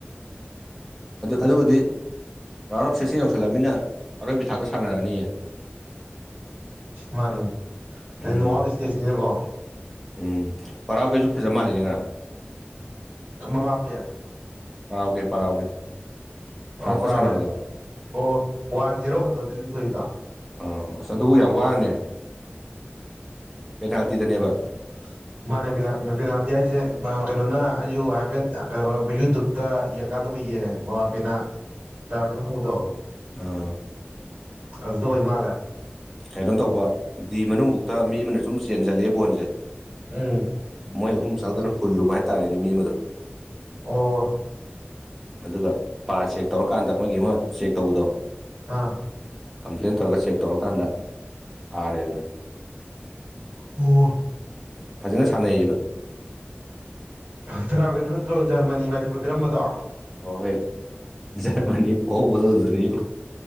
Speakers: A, in the centre; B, on the right.
A: ꯑꯗꯨꯕꯨꯗꯤ ꯃꯃꯥ ꯃ ꯁꯦꯛꯁꯤꯡ ꯌꯧꯁꯤꯜꯂꯂꯝꯃꯤꯅ ꯑꯩꯔꫭꯏꯒꯤ ꯊꯥꯛꯇꯁꯨ ꯁꯥꯟꯅꯔꯅꯤꯌꯦ
B: ꯃꯥꯅꯦ
A: ꯎꯝ
B: ꯅꯠ ꯏꯁꯇꯦꯁꯅꯤꯅꯦꯀꯣ
A: ꯎꯝ ꯄꯔꯥꯎ ꯀꯩꯁꯨ ꯐꯖ ꯃꯥꯜꯂꯤꯅꯦ ꯉꯔꯥꯡ
B: ꯃ ꯃꯥꯄꯦ
A: ꯄꯔꯥꯎꯒꯦ ꯄꯔꯥꯎꯒꯦ ꯐ꯭ꯔꯥꯟꯁꯀ
B: ꯑꯣ ꯄꯔꯥ
A: ꯁꯥꯟꯅꯕꯗꯣ
B: ꯑꯣ ꯋꯥꯟ ꯖꯦꯔꯣ ꯈꯛꯇꯗꯤ ꯂꯊꯣꯛꯏꯗꯣ
A: ꯑ ꯑꯁ ꯑꯗꯨꯕꯨ ꯌꯥꯝ ꯋꯥꯅꯦ ꯄꯦꯅꯥꯜꯇꯤꯗꯅꯦꯕ
B: <inaudible> ꯃꯥꯅꯦ ꯄꯤꯅꯥꯇꯤ ꯍꯥꯏꯁꯦ ꯀꯩꯅꯣꯅ ꯑꯩꯁꯨ ꯍꯥꯏꯐꯦꯠ ꯀꯩꯅꯣ ꯌꯨꯇꯨꯕꯇ ꯌꯦꯛꯀꯥꯟꯗ ꯎꯏꯌꯦ ꯃꯃꯥꯕꯦꯅꯥ ꯔꯖ ꯍꯧꯕꯗꯣ
A: ꯑꯥ
B: ꯑꯖꯣ ꯏꯃꯥ
A: ꯀꯩꯅꯣ ꯇꯧꯕ ꯗꯤ ꯃꯅꯨꯡꯃꯨꯛꯇ ꯃꯤ ꯑꯃꯅ ꯁꯨꯝ ꯆꯦꯟꯖꯜꯂꯛꯑꯦ ꯕꯣꯟꯁꯦ
B: ꯎꯝ
A: ꯃꯣꯏ ꯑꯍꯨꯝ ꯆꯪꯗꯅ ꯍꯨꯜꯂꯨꯕ ꯍꯥꯏꯇꯥꯔꯦ ꯅꯨ ꯃꯤ ꯑꯃꯗꯣ
B: ꯑꯣ
A: ꯑꯗꯨꯒ ꯕꯥꯔ ꯆꯦꯛ ꯇꯧꯔꯀꯥꯟꯗ ꯃꯣꯏꯒꯤ ꯑꯃ ꯆꯦꯛ ꯇꯧꯕꯗꯣ
B: ꯑꯥ
A: ꯀꯝꯄ꯭ꯂꯦꯟ ꯇꯧꯔꯒ ꯆꯦꯛ ꯇꯧꯔꯀꯥꯟꯗ ꯇꯥꯔꯦ ꯑꯗꯨꯅ
B: ꯑꯣ
A: ꯐꯖꯅ ꯁꯥꯟꯅꯩꯌꯦꯕ
B: ꯄꯔꯥ ꯅꯠꯇ꯭ꯔꯣ ꯖꯔꯃꯅꯤ ꯃꯥꯏꯊꯤꯕ ꯄꯤꯔꯝꯕꯗꯣ
A: ꯍꯣꯏ ꯖꯃꯅꯤ ꯐꯣꯊ ꯊꯗ ꯅ